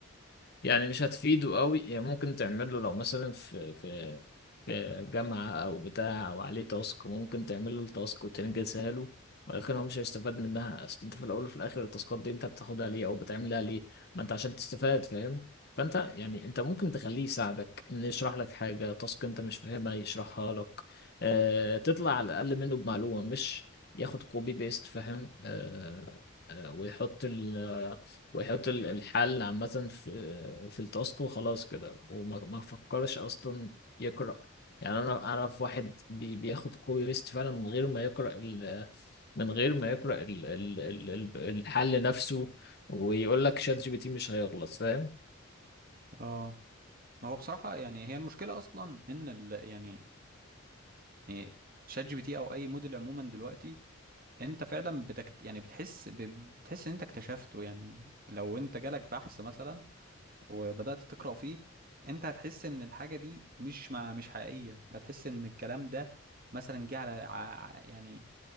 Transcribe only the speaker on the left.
يعني مش هتفيده قوي يعني ممكن تعمل له لو مثلا في في في جامعة أو بتاع أو عليه تاسك ممكن تعمل له التاسك وتنجزها له ولكن هو مش هيستفاد منها أصل أنت في الأول وفي الآخر التاسكات دي أنت بتاخدها ليه أو بتعملها ليه ما أنت عشان تستفاد فاهم فأنت يعني أنت ممكن تخليه يساعدك إنه يشرح لك حاجة تاسك أنت مش فاهمها يشرحها لك أه تطلع على الأقل منه بمعلومة مش ياخد كوبي بيست فاهم أه آه، ويحط ال- ويحط ال- الحل عامة في في التاسك وخلاص كده وما ما فكرش أصلا يقرأ يعني أنا أعرف واحد بي بياخد كوبي بيست فعلا من غير ما يقرأ ال من غير ما يقرأ ال ال ال ال الحل نفسه ويقول لك شات جي بي تي مش هيغلط فاهم